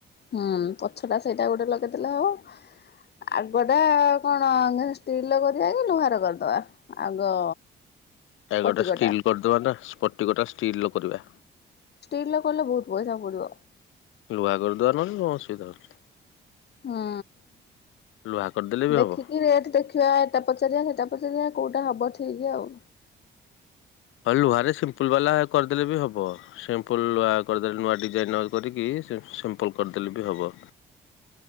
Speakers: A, on the left; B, on the left.
A: ହୁଁ ପଛ ଟା ସେଇଟା ଗୋଟେ ଲଗେଇଦେଲେ ହବ। ଆଗଟା କଣ ଷ୍ଟିଲର କରିବା କି ଲୁହାର କରିଦବା ଆଗ।
B: ତା
A: ସ୍ପଟିକଟା।
B: ଗୋଟେ ଷ୍ଟିଲ କରିଦବା ନା ସ୍ପଟି ଗୋଟା ଷ୍ଟିଲର କରିବା।
A: ଷ୍ଟିଲର କଲେ ବହୁତ ପଇସା ପଡିବ
B: ଲୁହା କରିଦବା ନହେଲେ କଣ ଅସୁବିଧା ହଉଛି।
A: ହୁଁ
B: ଲୁହା କରିଦେଲେ ବି
A: ଦେଖିକି
B: ହବ।
A: ରେଟ ଦେଖିବା ଏଟା ପଚାରିବା ସେଟା ପଚାରିବା କୋଉଟା ହବ ଠିକ ଆଉ।
B: ହଉ ଲୁହା ରେ ସିମ୍ପୁଲ ବାଲା କରିଦେଲେ ବି ହବ ସିମ୍ପୁଲ ଲୁହା କରିଦେଲେ ନୂଆ ଡିଜାଇନର କରିକି ସି-ସିମ୍ପଲ କରିଦେଲେ ବି ହବ।